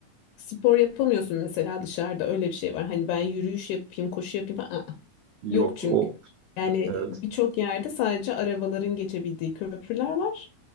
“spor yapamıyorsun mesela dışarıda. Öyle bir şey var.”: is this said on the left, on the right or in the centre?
Left